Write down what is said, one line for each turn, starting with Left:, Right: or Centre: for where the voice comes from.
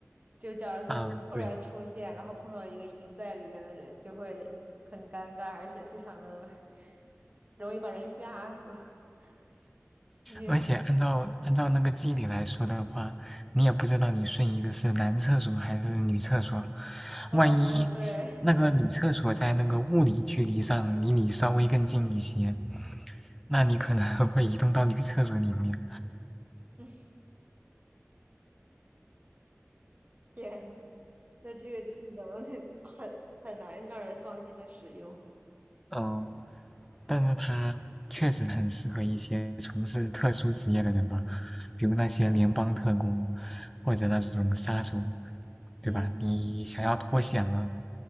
Right: 就假如说你突然出现，
Centre: 啊嗯，对。
Right: 然后碰到一个已经在里边的人，就会很尴尬，而且非常的 <laughs> 容易把人吓死。<laughs> 你，
Centre: 而且按照按照那个机理来说的话，你也不知道你瞬移的是男厕所还是女厕所，
Right: 哦，
Centre: 万一
Right: 对，
Centre: 那个女厕所在那个物理距离上离你稍微更近一些，那你可能 <laughs> 会移动到女厕所里面。
Right: <laughs> 天呐。那这个技能 <laughs> 很很难让人放心的使用。
Centre: 嗯，但是它确实很适合一些从事特殊职业的人吧，比如那些联邦特工，或者那种杀手，对吧？
Right: 嗯，
Centre: 你想要脱险了，